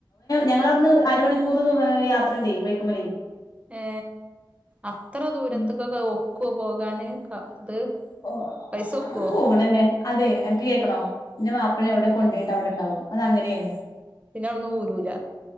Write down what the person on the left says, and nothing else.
ഞങൾ അവിടുന്ന് അരമണിക്കൂർ ദു യാത്ര ഉണ്ടേ ബൈക്കിമ്മൽ
ഉം
ഓ
പോകണന്നെ അതെ എനിക്ക് കേക്കണോ നിന്റെ മാപ്പിളിനെ
എവിടെ കൊണ്ട പോയിട്ട് അവിടെണ്ടാവും അത അങ്ങനെയാണ്